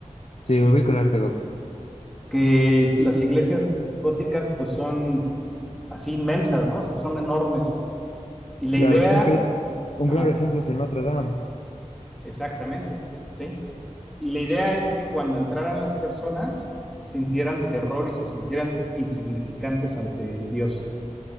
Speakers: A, on the left (about 55°); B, in the centre.
A: sí, ubico el arte gótico.
B: que es- las iglesias góticas pues son así inmensas, ¿no? O sea, son enormes. Y la
A: Claro,
B: idea,
A: un, cl- un
B: ajá,
A: claro ejemplo es el Notre Dame.
B: exactamente, ¿sí? Y la idea es que cuando entraran las personas, sintieran terror y se sintieran insignificantes ante Dios.